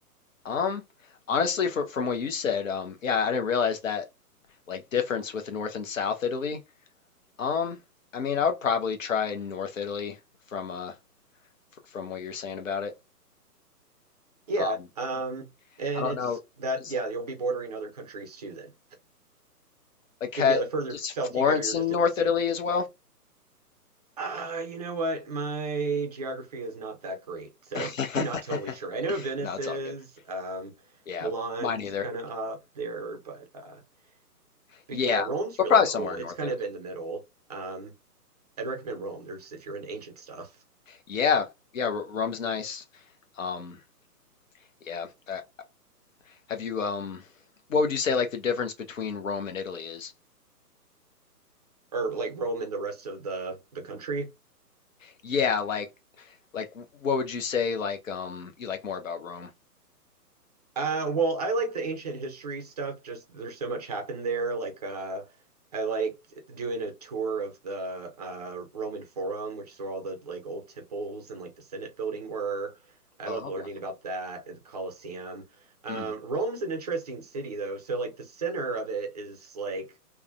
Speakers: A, on the left; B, on the right.
A: Um, honestly, for, from what you said, um, yeah, I didn't realize that like difference with the North and South Italy. Um, I mean, I would probably try North Italy from uh f- from what you're saying about it.
B: Yeah,
A: Um,
B: um, and
A: I don't
B: it's
A: know,
B: that,
A: is
B: yeah, you'll be bordering other countries too then.
A: like
B: Because
A: ha,
B: yeah, the further
A: is
B: south
A: Florence
B: you go, you're
A: in
B: just
A: North
B: in the sea.
A: Italy as well?
B: Ah, you know what? My geography is not that great, so
A: <laughs>
B: <laughs> I'm not totally sure. I know Venice
A: No, it's
B: is,
A: all good.
B: um,
A: Yeah,
B: Milan's
A: mine either.
B: kind of up there, but uh,
A: Yeah,
B: But yeah, Rome's
A: but
B: really
A: probably
B: cool.
A: somewhere in
B: It's
A: North
B: kind
A: Italy.
B: of in the middle. Um, I'd recommend Rome. There's if you're into ancient stuff
A: Yeah, yeah, r rum's nice. Um, yeah. Uh, have you um what would you say like the difference between Rome and Italy is?
B: or like Rome and the rest of the the country.
A: Yeah, like like what would you say like um you like more about Rome?
B: Uh, well, I like the ancient history stuff. Just there's so much happened there. Like uh, I liked doing a tour of the uh, Roman Forum, which is where all the like old temples and like the Senate building were. I
A: Oh,
B: loved learning
A: wow.
B: about that and the Colosseum. Um,
A: Mhm.
B: Rome's an interesting city though. So like the center of it is like